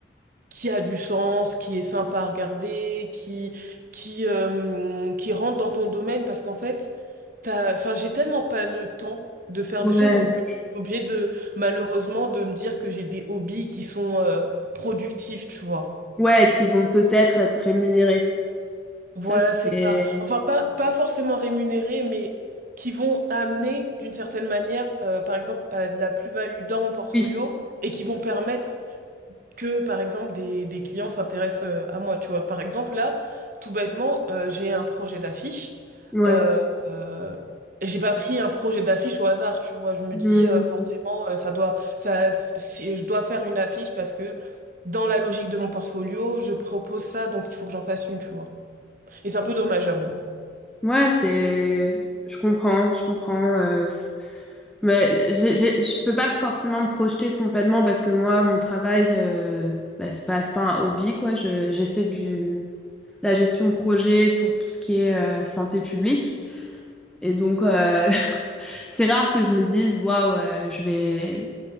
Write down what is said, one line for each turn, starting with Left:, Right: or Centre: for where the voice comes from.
Right: qui a du sens, qui est sympa à regarder, qui, qui, euh, qui rentre dans ton domaine parce qu'en fait, t'as, enfin, j'ai tellement pas le temps de faire
Centre: Ouais,
Right: des choses, donc j'ai oublié de, malheureusement, de me dire que j'ai des hobbies qui sont euh, productifs, tu vois.
Centre: ouais, qui vont peut-être être rémunérés.
Right: Voilà,
Centre: Ça,
Right: c'est
Centre: c'est...
Right: ça. Enfin, pas, pas forcément rémunérés, mais qui vont amener d'une certaine manière, euh, par exemple, à de la plus-value dans mon portfolio
Centre: Oui.
Right: et qui vont permettre que, par exemple, des, des clients s'intéressent euh, à moi. Tu vois, par exemple, là, tout bêtement, euh, j'ai un projet d'affiche.
Centre: Ouais.
Right: Euh, euh, j'ai pas pris un projet d'affiche au hasard, tu vois. Je me
Centre: Hmm.
Right: dis, euh, forcément, euh, ça doit, ça, si, je dois faire une affiche parce que dans la logique de mon portfolio, je propose ça, donc il faut que j'en fasse une, tu vois. Et c'est un peu dommage, j'avoue.
Centre: Ouais, c'est. Je comprends, je comprends. euh, Mais j'ai, j'ai- je peux pas forcément me projeter complètement parce que moi, mon travail, euh, bah, c'est pas, c'est pas un hobby, quoi. Je- j'ai fait du, la gestion de projet pour tout ce qui est euh, santé publique. Et donc, euh, <laughs> c'est rare que je me dise, waouh, euh, je vais,